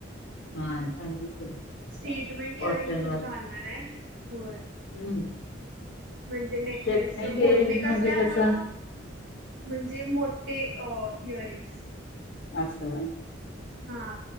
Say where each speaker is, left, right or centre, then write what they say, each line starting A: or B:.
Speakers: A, on the left (about 65°); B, on the right (about 65°).
A: हा छान दिसल
B: स्टेटमेंट
A: कॉटन
B: इयरिंग्सच
A: वर.
B: घालणार आहे होय
A: हम्म
B: म्हणजे नेकलेस
A: स्टेटमेंट
B: बोटणे
A: हिअरिंग
B: कसल्यामुळं
A: म्हणजे कसं
B: म्हणजे मोठे इयर रिंग्स
A: असं बाय
B: हा